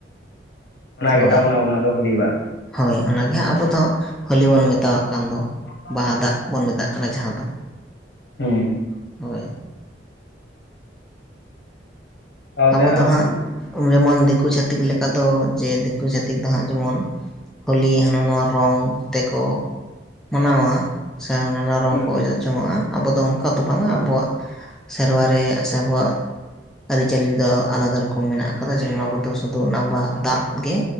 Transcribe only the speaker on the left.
ᱚᱱᱟᱜᱮ
ᱛᱟᱵᱚᱱ ᱟᱵᱚ ᱱᱟᱜ ᱫᱚ ᱦᱚᱞᱤ ᱵᱟ?
ᱦᱳᱭ
ᱦᱩᱸ
ᱛᱟᱦᱚᱞᱮ
ᱟᱢ
ᱦᱩᱸ
ᱦᱩᱸ ᱦᱳᱭ